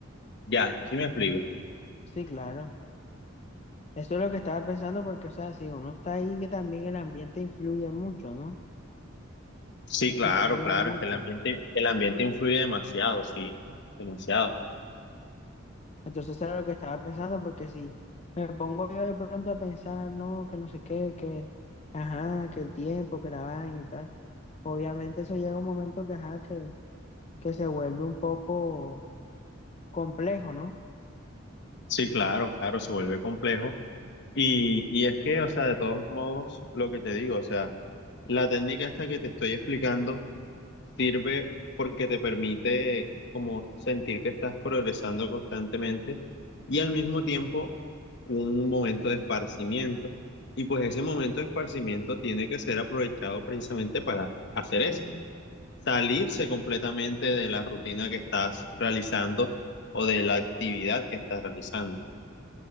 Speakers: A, on the left; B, on the left.
A: Ya, sí me explico.
B: Sí, claro. Eso es lo que estaba pensando porque, o sea, si uno está ahí, que también el ambiente influye mucho, ¿no?
A: Sí, claro,
B: Influye
A: claro,
B: mucho.
A: es que el ambiente, el ambiente influye demasiado, sí, demasiado.
B: Entonces, eso era lo que estaba pensando porque si me pongo yo de pronto a pensar, no, que no sé qué, que, ajá, que el tiempo, que la vaina y tal, obviamente eso llega un momento que, ajá, que, que se vuelve un poco complejo, ¿no?
A: Sí, claro, claro, se vuelve complejo. Y, y es que, o sea, de todos modos, lo que te digo, o sea, la técnica esta que te estoy explicando. Sirve porque te permite como sentir que estás progresando constantemente y al mismo tiempo un momento de esparcimiento. Y pues ese momento de esparcimiento tiene que ser aprovechado precisamente para hacer eso, salirse completamente de la rutina que estás realizando o de la actividad que estás realizando.